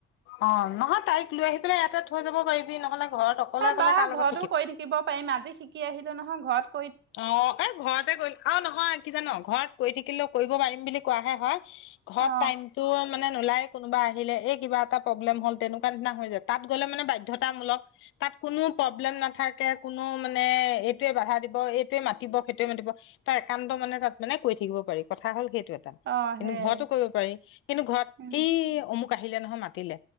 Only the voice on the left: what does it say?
অ' নহয় তাইক লৈ আহি পেলাই ইয়াতে থৈ যাব পাৰিবি নহলে, ঘৰত অকলে
অকলে
কাৰ লগত
অহ, ' এ ঘৰতে কৰিলি আৰু নহয় কি জান', ঘৰত কৰি থাকিলেও কৰিব পাৰিম, বুলি কোৱাহে হয়। ঘৰত
টাইমটো মানে, নুলাই কোনোবা আহিলে, এই কিবা এটা প্ৰব্লেম হল, এ তেনেকুৱা ধৰনে হৈ যায়, তাত গলে মানে বাধ্যতামূলক, তাত কোনো প্ৰব্লেম নাথাকে, কোনো মানে এইটোয়ে বাধা দিব। ত 'এইটোয়ে মাতিব, সেইটোয়ে মাতিব তাৰ একান্ত মনে তাত মানে কৰি থাকিব পাৰি কথা হ'ল সেই। এইটো এটা
কিন্তু
ঘৰতো কৰিব পাৰি কিন্তু ঘৰত
কি অমুক, কাহিলে নহয় মাতিলে